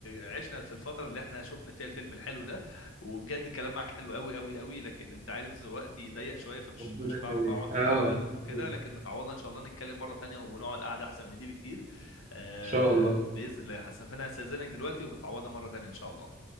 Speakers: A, on the left; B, on the right.
A: عشنا في الفترة اللي احنا شفنا فيها الفيلم الحلو ده وبجد الكلام معاك حلو قوي قوي قوي لكن انت عارف وقتي ضيق شوية فمش
B: ربنا
A: مش
B: يخليك
A: بعرف اقعد زي
B: اه
A: الاول وكده
B: ان
A: لكن متعوضة ان شاء الله نتكلم مرة تانية ونقعد قعدة احسن من دي بكتير آه
B: شاء الله
A: بإذن الله يا حسن فانا هستأذنك دلوقتي ومتعوضة مرة تانية ان شاء الله